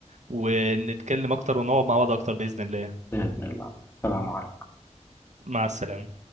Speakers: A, on the right (about 70°); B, on the left (about 20°).
A: ونتكلم اكتر ونقعد مع بعض اكتر باذن الله
B: بإذن الله السلام عليكم
A: مع السلامه